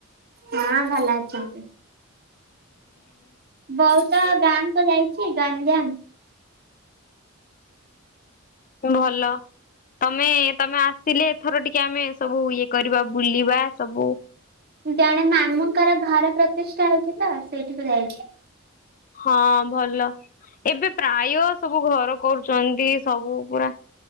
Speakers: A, on the right; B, on the left.
A: ହଁ ଭଲ ଅଛନ୍ତି। ବଉ ତ ଗାଁ କୁ ଯାଇଛି । ଗଞ୍ଜାମ।
B: ଭଲ ତମେ ତମେ ଆସ ଆସିଲେ ଏଥର ଟିକେ ଆମେ ସବୁ ଇଏ କରିବା ବୁଲିବା ସବୁ ।
A: ଜଣେ ମାମୁଁଙ୍କର ଘର ପ୍ରତିଷ୍ଠା ହେଉଛି ତ ସେଇଠିକୁ ଯାଇଛି ।
B: ହଁ ଭଲ ଏବେ ପ୍ରାୟ ସବୁ ଘର କରୁଛନ୍ତି । ସବୁ ପୁରା ।